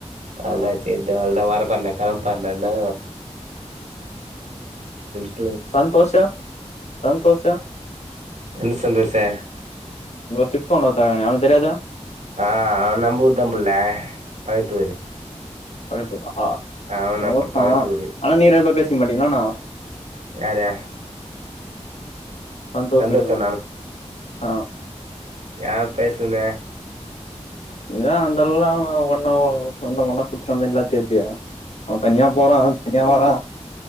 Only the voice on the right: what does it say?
அலச்
சேர்டா அள்தா வரப்போர்ன்டா கெளம்போர்ன்டா <unintelligible>
எந்த சந்தோஷே
ஆ அவ நம்பூர்தம்புள்ள பகத்தூரு
அவன்
நம்ம பக்கத்து ஊரு
யாரே
சந்தோஷ
யே பேசுன